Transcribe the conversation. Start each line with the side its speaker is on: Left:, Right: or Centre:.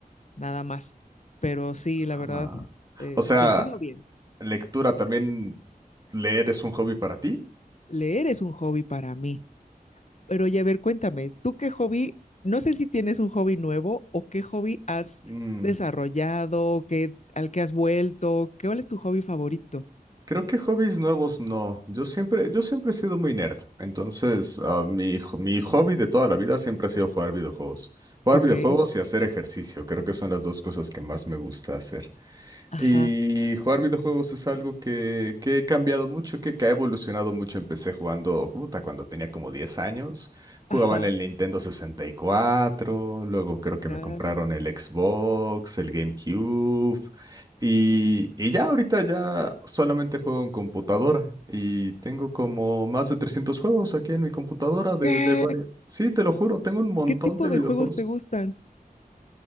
Left: nada más. Pero sí, la
Right: Ah.
Left: verdad, eh,
Right: O sea,
Left: sí, sí veo bien.
Right: lectura también, leer es un hobby para ti.
Left: Leer es un hobby para mí. Pero oye, a ver, cuéntame, ¿tú qué hobby? No sé si tienes un hobby nuevo o qué hobby has
Right: Mm,
Left: desarrollado, qué, al que has vuelto, ¿qué, cuál es tu hobby favorito?
Right: creo que hobbies nuevos no. Yo siempre, yo siempre he sido muy nerd. Entonces, ah, mi, jo- mi hobby de toda la vida siempre ha sido jugar videojuegos. Jugar
Left: Ok,
Right: videojuegos y hacer ejercicio. Creo que son las dos cosas que más me gusta hacer.
Left: Ajá,
Right: Y jugar videojuegos es algo que, que he cambiado mucho, que, que ha evolucionado mucho. Empecé jugando, puta, cuando tenía como 10 años. Jugaba
Left: ajá,
Right: en el Nintendo 64, luego creo que
Left: nice.
Right: me compraron el Xbox, el GameCube. Y, y ya ahorita ya solamente juego en computadora. Y tengo como más de 300 juegos aquí en mi computadora de,
Left: ¿Qué,
Right: de varias. Sí, te lo juro, tengo un montón
Left: qué tipo
Right: de
Left: de
Right: videojuegos.
Left: juegos te gustan?